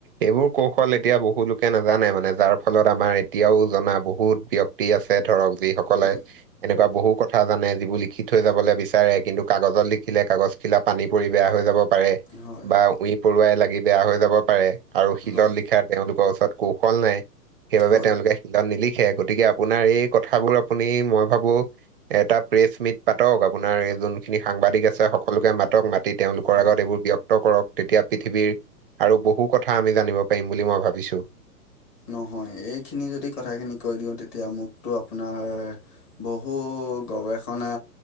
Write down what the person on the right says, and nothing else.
এইবোৰ কৌশল এতিয়া বহুুলোকে নাজানে মানে যাৰ ফলত আমাৰ এতিয়াও জনা বহুত ব্যক্তি ব্যক্তি আছে ধৰক যিসকলে
এনেকুৱা বহু কথা জানে যিবোৰ লিখি থৈ যাবলৈ বিচাৰে কিন্তু কাগজত লিখিলে কাগজ খিলা পানী পৰি বেয়া হৈ যাব।
বা উই পৰুাই লাগি বেয়া হৈ যাব পাৰে, আৰু শিলত
লিখা তেওঁলোকৰ ওচৰত কৌশল নাই সেইবাবে
তেওঁলোকে তাত নিলিখে গতিকে আপোনাৰ এই কথাবোৰ আপুনি মই ভাবোঁ এটা প্ৰেচ মিট পাতক আপোনাৰ এই যোনখিনি সাংবাদিক আছে সকলোকে মাতক, মাতি দি তেওঁলোকৰ
আগত এইবোৰ ব্যক্ত কৰক তেতিয়া পৃথিৱীৰ আৰু বহু কথা আমি জানিব পাৰিম বুলি মই ভাবিছোঁ।